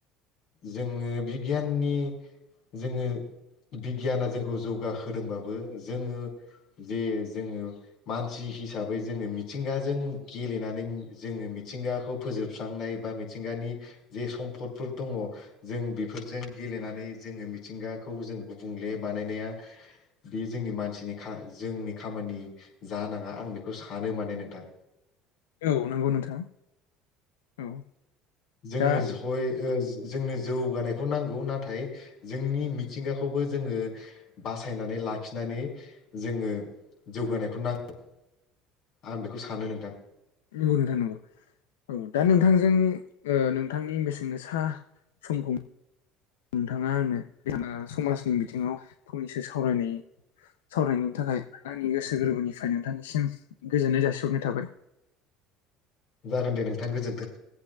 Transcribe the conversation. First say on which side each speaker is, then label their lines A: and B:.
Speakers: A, on the left (about 60°); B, on the left (about 85°).
A: जोङो बिगियाननि जोङो बिगियाना जोंखौ जौगाहोदोंबाबो जोङो जे जोङो मानसि हिसाबै जोङो मिथिंगाजों गेलेनानै उम जोङो मिथिंगाखौ फोजोबस्रांनाय बा मिथिंगानि जे सम्फदफोर दङ जों बेफोरजों गेलेनानै जोङो मिथिंगाखौ जों गुबुंले बानायनाया बे जोंनि मानसिनि खा जोंनि खामानि जानाङा आं बेखौ सानो माने नोंथां।
B: औ नंगौ नोंथां औ
A: जोङोस
B: दा
A: हय ओ जो जोंनोस जौगानायखौ नांगौ नाथाय जोंनि मिथिंगाखौबो जोङो बासायनानै लाखिनानै जोङो जौगानायखौ नांगौ आं बेखौ सानो नोंथां।
B: नंगौ नोंथां नंगौ औ दा नोंथांजों ओ नोंथांनि बेेसेन गोसा समखौ नोंथाङा आंनो बे सानना समाजनि बिथिङाव फंनैसो सावरायनाय सावरायनायनि थाखाय आंनि गोसो गोरबोनिफ्राय नोंथांनिसिम गोजोननाय जासिहरनाय थाबाय।
A: जागोन दे नोंथां गोजोनथों।